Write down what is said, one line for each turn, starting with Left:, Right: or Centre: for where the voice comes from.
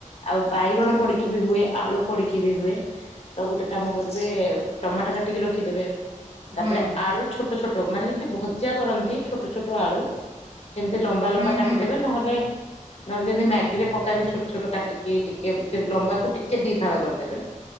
Left: ଆଉ ବାଇଗଣ ପଡିକି ବି ହୁଏ ଆଳୁ ପଡିକି ବି ହୁଏ ତ ଗୋଟେ କାମ କରିବେ ଟମାଟ କାଟିକି ରଖିଦେବେ
Right: ହୁଁ
Left: ତାପରେ ଆଳୁ ଛୋଟ ଛୋଟ ମାନେ ଯେମିତି ଭଜା କରନ୍ତି ଛୋଟ ଛୋଟ ଆଳୁ ସେମିତି ଲମ୍ବା
Right: ହୁଁ
Left: ଲମ୍ବା କାଟିଦେବେ
Right: ହୁଁ ହୁଁ
Left: ନହେଲେ ନହେଲେ ଯେମିତି ମ୍ୟାଗିରେ ପକାନ୍ତି ଛୋଟ ଛୋଟ କାଟିକି ଟିକେ ସେ ଲମ୍ବାକୁ ଟିକେ ଦି ଫାଳ କରିଦେବେ